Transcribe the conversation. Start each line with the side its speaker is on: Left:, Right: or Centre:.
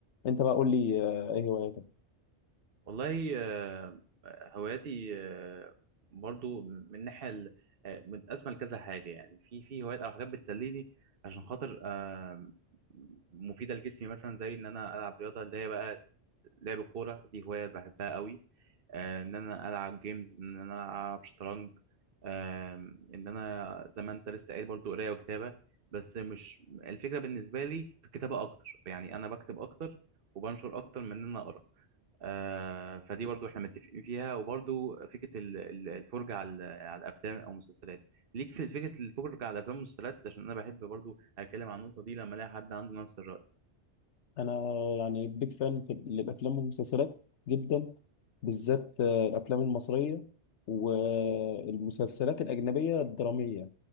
Left: أنت بقى قول لي آه، إيه هواياتك؟
Right: والله آه، هواياتي آه، برضو من ناحية ال- آه، متقسمة لكذا حاجة يعني في في هوايات أو حاجات بتسليني عشان خاطر آه، مفيدة لجسمي مثلا زي إن أنا ألعب رياضة اللي هي بقى لعب الكورة دي هواية بحبها قوي آه، إن أنا ألعب جيمز إن أنا ألعب شطرنج آه، إن أنا زي ما أنت لسه قايل برضو قراية وكتابة بس مش الفكرة بالنسبة لي في الكتابة أكتر يعني أنا بكتب أكتر وبنشر أكتر من إن أنا أقرأ آه، فدي برضو احنا متفقين فيها وبرضو فكره ال- ال- الفرجه على على الافلام او المسلسلات ليك في فكره الفرجه على الافلام والمسلسلات عشان انا بحب برضو اتكلم عن النقطه دي لما الاقي حد عنده نفس الراي
Left: انا يعني بيج فان في الافلام والمسلسلات جدا بالذات آه، الافلام المصريه والمسلسلات الاجنبيه الدراميه